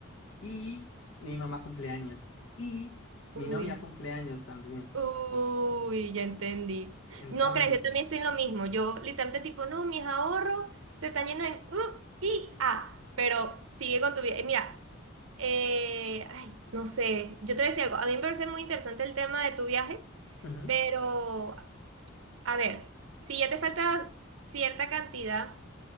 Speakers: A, on the left; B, on the right.
A: y mi mamá cumpleaños, y mi
B: Uy.
A: novia cumpleaños también.
B: Uy, ya entendí.
A: Entonces,
B: No crees, yo también estoy en lo mismo. Yo literalmente tipo, no, mis ahorros se están yendo en U y A. Pero sigue con tu vida. Eh, Mira, eh, ay, no sé. Yo te voy a decir algo. A mí me parece muy interesante el tema de tu viaje,
A: ujú.
B: pero a ver, si ya te falta cierta cantidad,